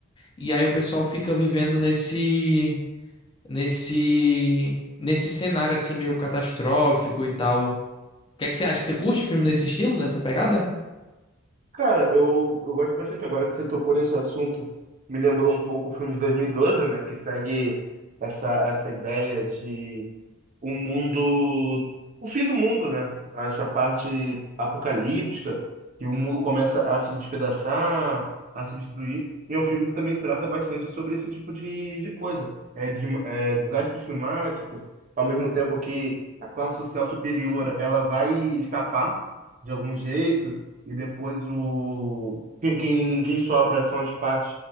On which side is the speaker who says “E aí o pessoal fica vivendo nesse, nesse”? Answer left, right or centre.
Left